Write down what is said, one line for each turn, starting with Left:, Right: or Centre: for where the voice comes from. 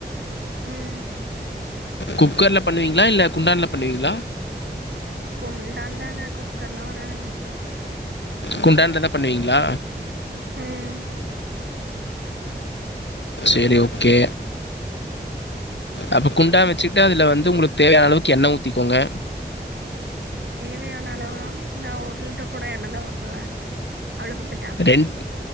Right: ம்
Left: குக்கர்ல பண்ணுவீங்ளா இல்ல குண்டான்ல பண்ணுவீங்களா
Right: குண்டாந்தாங்க குக்கர்லா வராதுங்க
Left: குண்டான்ல தா பண்ணுவீங்களா
Right: ம்
Left: செரி ஓகே அப்ப குண்டா வச்சிட்டு அதுல வந்து ஒங்களுக்கு தேவையான அளவுக்கு எண்ணெ ஊத்திக்கோங்க
Right: தேவையான அளவுனா நா ஒரு லிட்டர் கூட எண்ணெ தா ஊத்துவே அளவுதிட்டா
Left: ரெண்ட்